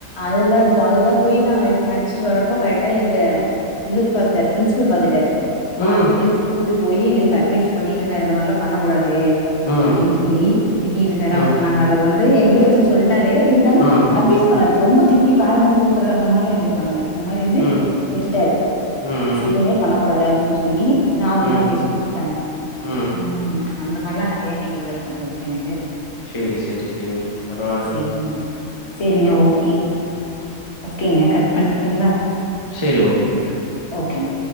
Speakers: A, on the left; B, on the left.
A: அதுல்லாம் இருக்கும் அதெல்லாம் போய் நாங்க அடிச்சுட்டு வரப்போ கரெக்டா எங்க இவரு பாரத்துட்டாரு பிரின்சிபல் பாத்துட்டாரு
B: ம்
A: பாத்துட்டு கூ ட்டு போய் எங்களுக்கு அட்வைஸ் பண்ணிட்டு இருந்தா இருந்த மாரிலாம் பண்ணக்கூடாது
B: ம் ம்
A: அப்டின்னு சொல்லி திட்டிட்டுந்தரு
B: ம்
A: அப்பறம் நாங்க எங்கே வச்சு சொல்லிட்டு <inaudible> இருந்தாலும்
B: ம்
A: அட்வைவ் பண்ணாரு ரொம்ப திட் கத்தி பேரண்டஸ் கூப்பற அந்த மாரிலாம் எதுவும் பண்ணல இந்தமாரி வந்து
B: ம்
A: வெட்டுட்டாரு
B: ம்
A: சீனே பண்ணக்கூடாது அப்டின்னு சொல்லி நார்மலா
B: ம்
A: பேசி விட்டுட்டாங்க
B: ம்
A: உம் அந்த மாதரிலாம் நெறைய நிகழ்வுகள் நடந்திருக்கு எனக்கு
B: செரி செரி செரிங்க பரவாயில்ல
A: சேரிங்க சேரிங்க
B: ம்
A: ஓகே ஓகேங்க கட் பண்ணிட்டுங்களா
B: செரி ஓகேங்க
A: ஓகேங்க